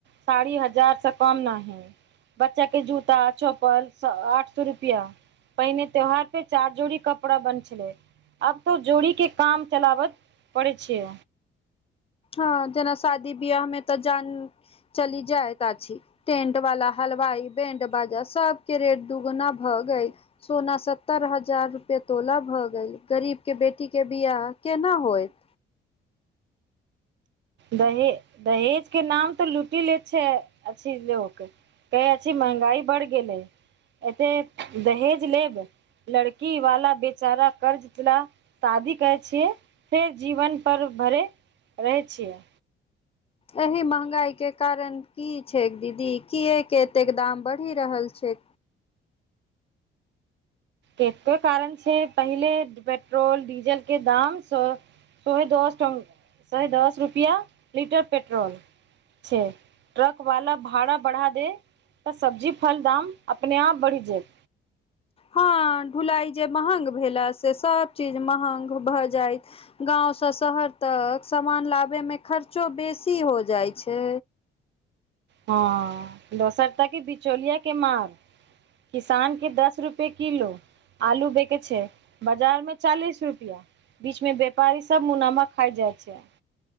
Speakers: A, on the right (about 65°); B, on the left (about 30°).
A: साड़ी हजार से कम नाहि। बच्चा के जूता चप्पल आठ सौ रुपआ। पहिने त्योहार पे चार जोड़ी कपड़ा बन छलै। आब तऽ जोड़ीके काम चलाबत पड़ै छै।
B: ह जेना शादी बियाह मे तऽ जान चली जायता छी। टेंट वाला हलवाई बैंड बाजा सबके रेट दुगुना भऽ गई। सोना सत्तर हजार रुपए तोला भऽ गेल गरीबके बेटीके बियाह केना होइत।
A: दहे दहेज के नाम तऽ लुटि ले छै अछि लोक। केहछी महंगाई बड़ गेलै एते दहेज लेब। लड़की वाला बेचारा कर्ज चला शादी करै छियै फेर जीवनपर भरैत रहै छियै।
B: एहि महँगाईके कारण की छैक दीदी किएक एतेक दाम बढ़ि रहल छै।
A: एके कारण छै पहिले पेट्रोल डीजल के दाम स सोहे दस सहे दस रुपआ लीटर पेट्रोल से ट्रक वाला भाड़ा बढ़ा दे तऽ सब्जी फल दाम अपने आप बाढ़ि जायत।
B: हँ ढुलाई जे मंहग भेल से सभ चीज मंहग भऽ जाइत। गाँवसँ शहर तक समान लाबैमे खर्चो बेसी हो जाइ छै।
A: हँ दोसर ताकी बिचौलिया के माल। किसानके दस रुपे किलो। आलू बेके छै बजार में चालीस रुपआ। बीच में व्यापारी सब मुनामा खाय जाय छै।